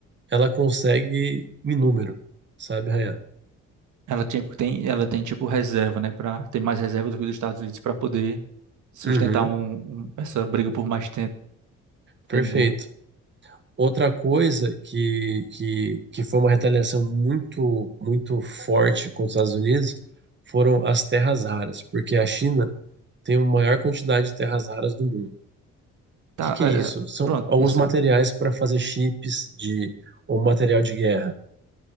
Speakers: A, on the right (about 35°); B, on the right (about 75°).
A: ela consegue em número, sabe, Rayan?
B: ela tem, tem, ela tem tipo reserva, né? Pra, tem mais reserva do que os Estados Unidos para poder sustentar
A: Uhum,
B: um, um- essa briga por mais tempo, entendeu?
A: perfeito. Outra coisa que, que, que foi uma retaliação muito, muito forte com os Estados Unidos foram as terras raras, porque a China tem a maior quantidade de terras raras do mundo. O
B: Tá,
A: que que
B: é,
A: é isso?
B: é,
A: São
B: pronto,
A: alguns
B: esses
A: materiais
B: são.
A: para fazer chips de ou material de guerra.